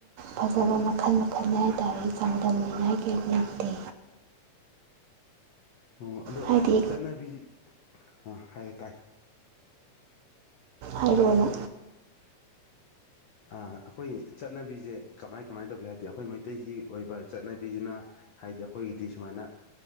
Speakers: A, on the right; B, on the left.
A: ꯐꯖꯕ ꯃꯈꯜ ꯃꯈꯜꯅꯤ ꯍꯥꯏ ꯔꯤ ꯆꯥꯡꯗꯝꯅꯤꯡꯉꯥꯏ ꯀꯅꯤꯗꯤ
B: ꯑꯣ ꯑꯗꯣ
A: ꯍꯥꯏꯗꯤ
B: ꯆꯠꯅꯕꯤ ꯑꯥ ꯍꯥꯏꯌꯨ ꯇꯥꯏ
A: ꯑꯔꯅ
B: ꯑꯩꯈꯣꯏ ꯆꯠꯅꯕꯤꯁꯦ ꯀꯃꯥꯏ ꯀꯃꯥꯏꯅ ꯇꯧꯒꯦ ꯍꯥꯏꯕꯗꯤ ꯑꯩꯈꯣꯏ ꯃꯩꯇꯩꯒꯤ ꯑꯣꯏꯕ ꯆꯠꯅꯕꯤꯁꯤꯅ ꯍꯥꯏꯗꯤ ꯑꯩꯈꯣꯏꯒꯤꯗꯤ ꯁꯨꯃꯥꯏꯅ